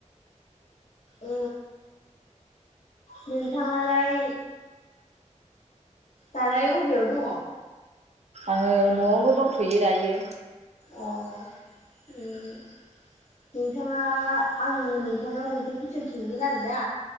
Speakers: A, on the left; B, on the right.
A: अ नोंथाङालाय दालाय अबेयाव दङ
B: आङो नआवनो दंथयो दायो
A: अ उम नोंथाङा आं नोंथांनाव मोनसे कुइसन सोंगौमोन आरो दा